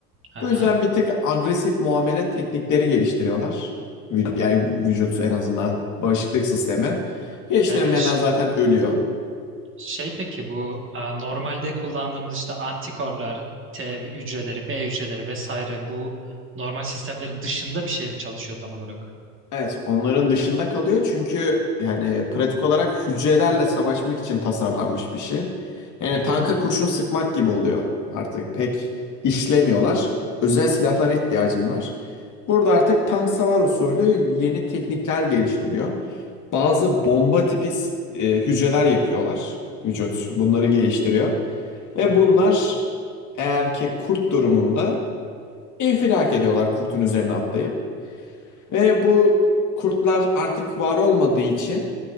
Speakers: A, on the right; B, on the left.
A: Aha.
B: Bu yüzden bir tık agresif muamele teknikleri geliştiriyorlar. Vü- Yani vücut en azından bağışıklık sistemi. Geliştiremeyenler
A: Yani ş-
B: zaten ölüyor.
A: şey peki bu e, normalde kullandığımız işte antikorlar, T hücreleri, B hücreleri vesaire bu normal sistemlerin dışında bir şey mi çalışıyor tam olarak?
B: Evet, onların dışında kalıyor çünkü yani pratik olarak hücrelerle savaşmak için tasarlanmış bir şey. Yani
A: Hı hı.
B: tanka kurşun sıkmak gibi oluyor artık. Pek işlemiyorlar. Özel silahlara ihtiyacın var. Burada artık tank savar usulü yeni teknikler geliştiriyor. Bazı bomba tipi e, hücreler yapıyorlar. Vücut bunları geliştiriyor. Ve
A: Hı hı.
B: bunlar eğer ki kurt durumunda infilak ediyorlar kurtun üzerine atlayıp. Ve bu kurtlar artık var olmadığı için